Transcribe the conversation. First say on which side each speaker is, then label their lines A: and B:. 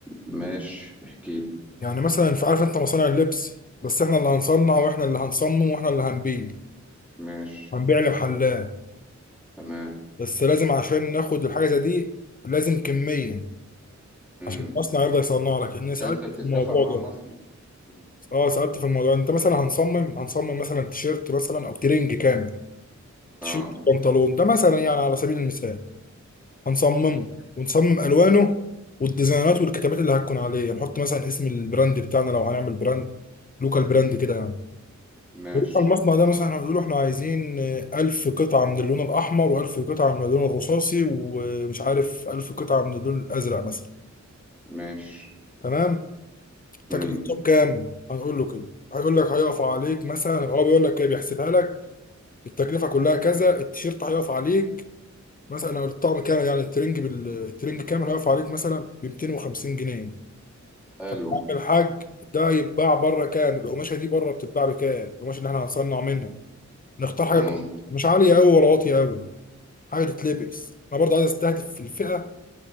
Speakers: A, in the centre; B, on the left.
A: ماشي احكيلي
B: يعني مثلا في عارف انت مصانع اللبس بس احنا اللي هنصنع واحنا اللي هنصمم واحنا اللي هنبيع
A: ماشي
B: هنبيع لمحلات
A: تمام
B: بس لازم عشان ناخد الحاجة زي دي لازم كمية
A: امم
B: عشان المصنع يرضى يصنع لك لان سألت
A: انت بتتفق
B: في الموضوع
A: مع
B: ده
A: مصنع مم.
B: اه سألت في الموضوع انت مثلا هنصمم هنصمم مثلا تيشيرت مثلا او ترنج كامل تيشيرت
A: اه
B: بنطلون ده مثلا يعني على سبيل المثال هنصممه
A: ماشي
B: ونصمم الوانه والديزاينات والكتابات اللي هتكون عليه هنحط مثلا اسم البراند بتاعنا لو هنعمل براند لوكال براند كده يعني
A: ماشي
B: ونروح المصنع ده مثلا هنقول له احنا عايزين آه، ألف قطعة من اللون الأحمر و1000 قطعة من اللون الرصاصي ومش عارف ألف قطعة من اللون الأزرق مثلا
A: ماشي
B: تمام تكلفتهم
A: امم
B: كام؟ هنقول له كده هيقول لك هيقف عليك مثلا هو بيقول لك كده بيحسبها لك التكلفة كلها كذا التيشيرت هيقف عليك مثلا أو الطقم كام يعني الترنج بال... الترنج كام هيقف عليك مثلا ب 250 جنيه
A: حلو
B: طب يا عم الحاج ده يتباع بره كام القماشه دي بره بتتباع بكام القماشه اللي احنا هنصنع منها نختار حاجه
A: مم.
B: كويسة. مش عاليه قوي ولا واطيه قوي حاجه تتلبس انا برضه عايز استهدف في الفئه